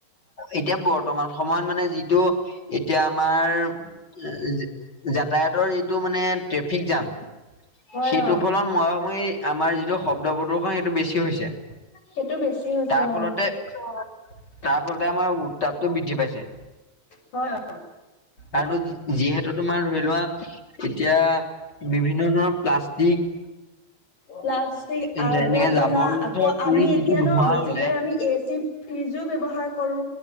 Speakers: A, on the left (about 30°); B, on the left (about 50°).
A: এতিয়া বৰ্তমান সময়ত মানে যিটো এতিয়া আমাৰ যাতায়াতৰ যিটো মানে ট্ৰেফিক জাম,
B: হয়
A: সেইটো
B: অ
A: ফলত মৰাময় আমাৰ যিটো শব্দ প্ৰদূষণ সেইটো বেছি হৈছে।
B: সেইটো বেছি হৈছে
A: তাৰ
B: অ
A: ফলতে তাৰ ফলতে আমাৰ উত্তাপটো বৃদ্ধি পাইছে
B: হয় অ।
A: আৰু যিহেতু তোমাৰ ধৰি লোৱা এতিয়া বিভিন্ন ধৰণৰ প্লাছ প্লাষ্টিক
B: প্লাষ্টিক
A: এনেকে
B: আবৰ্জনা
A: জাবৰ
B: আকৌ
A: জোথৰ পুৰি
B: আমি
A: যিটো
B: এতিয়া
A: ধোঁৱা
B: ন বেছিকৈ
A: ওলাই
B: আমি এ চি ফ্ৰিজো ব্যৱহাৰ কৰো,